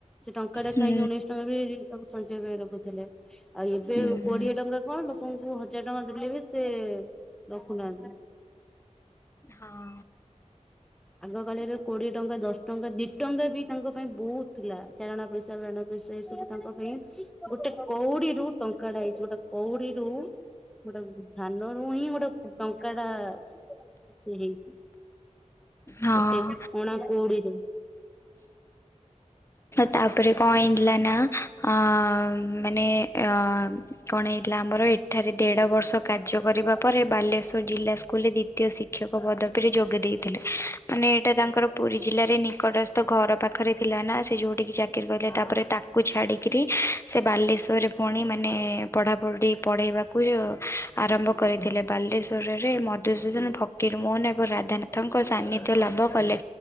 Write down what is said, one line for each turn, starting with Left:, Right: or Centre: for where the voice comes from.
Centre: ସେ ଟଙ୍କା ଟେ
Left: ହୁଁ
Centre: ଖାଇକି ଉଣେଇଶି ଟଙ୍କା ବି ତାକୁ ସଞ୍ଚୟ କରି ରଖୁଥିଲେ। ଆଉ ଏବେ
Left: ହୁଁ
Centre: କୋଡିଏ ଟଙ୍କା କଣ? ଲୋକଙ୍କୁ ହଜାର ଟଙ୍କା ଦେଲେ ବି ସେ, ରଖୁନାହାନ୍ତି।
Left: ହଁ।
Centre: ଆଗ କାଳରେ କୋଡିଏ ଟଙ୍କା, ଦଶ୍ ଟଙ୍କା, ଦି ଟଙ୍କା ବି ତାଙ୍କ ପାଇଁ ବହୁତ୍‌ ଥିଲା। ଚାରଣା ପଇସା <unintelligible> ସେ ସବୁ ତାଙ୍କ ପାଇଁ ଗୋଟେ କୋଉଡି ରୁ ଟଙ୍କାଟା ହେଇଛି ଗୋଟେ କଉଡ଼ିରୁୁ ଗୋଟେ ଧାନରୁୁ ହିଁ ଗୋଟେ ଟଙ୍କା ଟା ସେ ହେଇଛି।
Left: ହଁ
Centre: ଗୋଟେ କଣା କୋଉଡିରୁ।
Left: ତାପରେ କଣ ହେଇଥିଲା ନା ଆଁ ମାନେ ଅଁ କଣ ହେଇଥିଲା ଆମର ଏଠାରେ ଦେଢ଼ ବର୍ଷ କାର୍ଯ୍ୟ କରିବା ପରେ ବାଲେଶ୍ୱର ଜିଲ୍ଲା ସ୍କୁଲରେ ଦିତୀୟ ଶି କ୍ଷକ ପଦବୀରେ ଯୋଗ ଦେଇଥିଲେ। ମାନେ ଏଇଟା ତାଙ୍କର ପୁରୀ ଜିଲ୍ଲାରେ ନିକଟସ୍ଥ ଘର ପାଖରେ ଥିଲା ନା ଯୋଉଁଟିକି ଚାକିରି କଲେ ତା ପରେ ତାକୁ ଛାଡ଼ିକିରି। ସେ ବାଲେଶ୍ଵର ରେ ପୁଣି ମାନେ ପଢ଼ାପଢ଼ି ପଢ଼େଇବାକୁ ଆରମ୍ଭ କରିଥିଲେ। ବାଲେଶ୍ୱରରେ ମଧୁସୂଦନ ଭକ୍ ଫକିରମୋହନ ଏବଂ ରାଧାନାଥଙ୍କ ସାନିଧ୍ୟ ଲାଭ କଲେ।